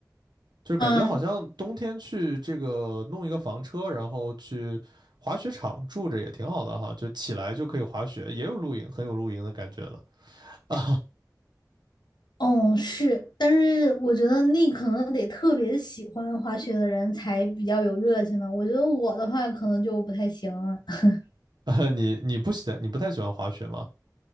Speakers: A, on the right (about 80°); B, on the left (about 85°).
A: 就是感觉好像冬天去这个弄一个房车，
B: 嗯，
A: 然后去滑雪场住着也挺好的哈，就起来就可以滑雪，也有露营，很有露营的感觉了啊。
B: 哦是，但是我觉得那可能得特别喜欢滑雪的人才比较有热情吧。我觉得我的话可能就不太行了。<laughs>
A: <laughs> 你你不喜欢你不太喜欢滑雪吗？